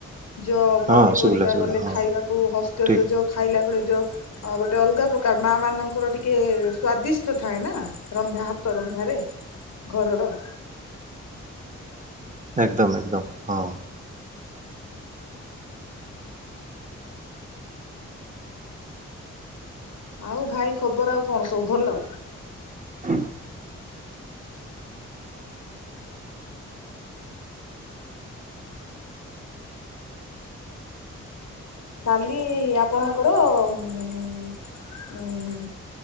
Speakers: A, on the left; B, on the right.
A: ଯ ପନିପରିବା
B: ହଁ ଶୁଭିଲା ଶୁଭିଲା
A: ଗଲେ
B: ହଁ
A: ଖାଇବାକୁ
B: ହଁ
A: ହଷ୍ଟେଲରେ
B: ଠିକ
A: ଯୋଉ ଖାଇଲା ବେଳେ ଯୋଉ ଗୋଟେ ଅଲଗା ପ୍ରକାର ମା ମାନଙ୍କର ଟିକେ ସ୍ଵାଦିଷ୍ଟ ଥାଏ ନା ରନ୍ଧା ହାତ ର ନ୍ଧାରେ ଘରର।
B: ଏକଦମ୍ ଏକଦମ୍ ହଁ।
A: ଆଉ ଭାଇ ଖବର ଆଉ କଣ ସବୁ ଭଲ?
B: ହଁ
A: କାଲି ଆପଣଙ୍କର ଉଁ-ଉଁ।